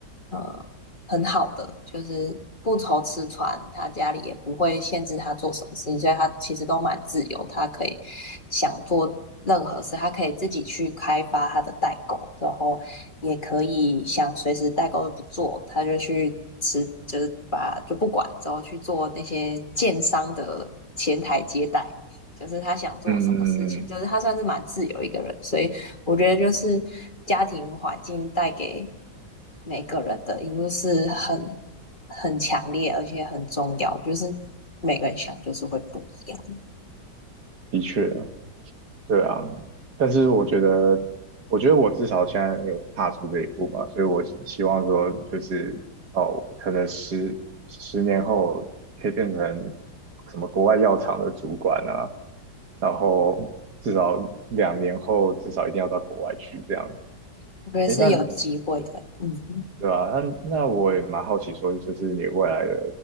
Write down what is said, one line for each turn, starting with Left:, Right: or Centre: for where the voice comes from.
Left: 呃很好的，就是不愁吃穿，他家里也不会限制他做什么事情，所以他其实都蛮自由，他可以想做任何事，他可以自己去开发他的代购，然后也可以想随时代购不做，他就去吃，就是把就不管，之后去做那些建商的前台接待。就是他想做什么事情，
Right: 嗯嗯嗯，
Left: 就是他算是蛮自由一个人，所以我觉得就是家庭环境带给每个人的因素是很很强烈，而且很重要，就是每个人想就是会不一样。
Right: 的确啊。对啊，但是我觉得，我觉得我至少现在有踏出这一步嘛，所以我希希望说，就是哦，可能十十年后可以变成什么国外药厂的主管啊，然后至少两年后至少一定要到国外去这样。
Left: 我觉得是有机会的，
Right: 诶，那
Left: 嗯，
Right: 对吧？那那我也蛮好奇说，就是你未来的